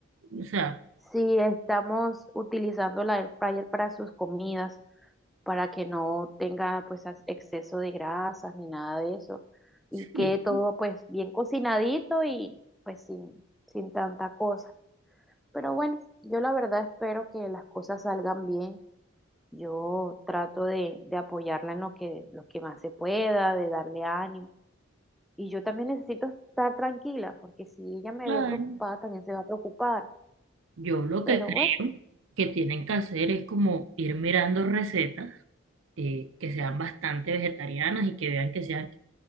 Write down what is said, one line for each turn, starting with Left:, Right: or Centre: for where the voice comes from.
Right: o sea,
Centre: Sí, estamos utilizando la air fryer para sus comidas, para que no tenga pues as- exceso de grasas ni nada de eso. Y quede
Right: Sí,
Centre: todo pues bien cocinadito y pues sin, sin tanta cosa. Pero bueno, yo la verdad espero que las cosas salgan bien. Yo trato de, de apoyarla en lo que, lo que más se pueda, de darle ánimo Y yo también necesito estar tranquila, porque si ella me
Right: claro.
Centre: ve preocupada, también se va a preocupar.
Right: Yo lo
Centre: Pero
Right: que creo
Centre: bueno,
Right: que tienen que hacer es como ir mirando recetas eh, que sean bastante vegetarianas y que vean que sean